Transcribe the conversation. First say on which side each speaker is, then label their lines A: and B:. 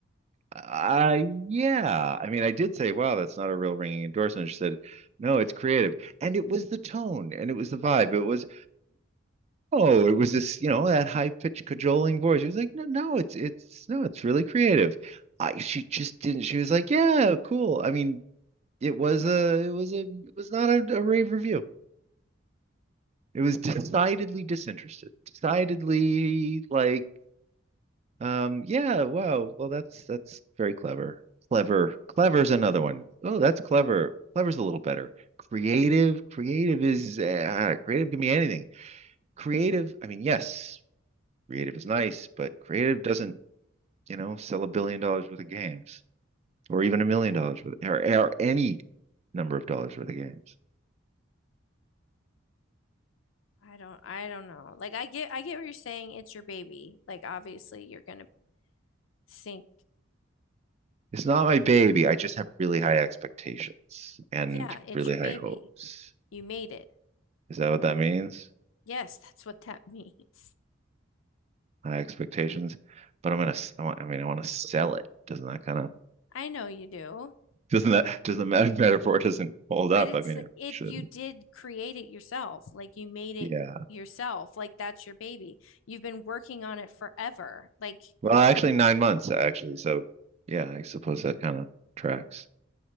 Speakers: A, on the right (about 35°); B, on the left (about 90°).
A: Uh, yeah. I mean, I did say, wow, that's not a real ringing endorsement. She said, no, it's creative. And it was the tone and it was the vibe. It was, no, it was this, you know, that high-pitched cajoling voice. She was like, no, no, it's, it's, no, it's really creative. I, she just didn't, she was like, yeah, cool. I mean, it was a, it was a, it was not a, a rave review. It was <laughs> decidedly disinterested, decidedly like Um, yeah, wow. Well, that's that's very clever. Clever. Clever's another one. Oh, that's clever. Clever's a little better. Creative. Creative is uh, creative can be anything. Creative, I mean, yes, creative is nice, but creative doesn't, you know, sell a billion dollars worth of games or even a million dollars worth or, or any number of dollars worth of games.
B: I don't I don't know. Like I get I get what you're saying. It's your baby. Like obviously you're gonna think,
A: It's not my baby. I just have really high expectations and
B: yeah, it's
A: really
B: your baby.
A: high hopes.
B: You made it.
A: Is that what that means?
B: Yes, that's what that <laughs> means.
A: high expectations, but I'm gonna. s- i am going to I want, I mean, I want to sell it. Doesn't that kind of
B: I know you do.
A: doesn't that <laughs> doesn't that metaphor doesn't hold up?
B: But it's
A: I mean,
B: it
A: it shouldn't.
B: you did create it yourself. Like you made it
A: Yeah.
B: yourself. Like that's your baby. You've been working on it forever. Like
A: Well, actually, nine months actually. So, yeah, I suppose that kind of tracks.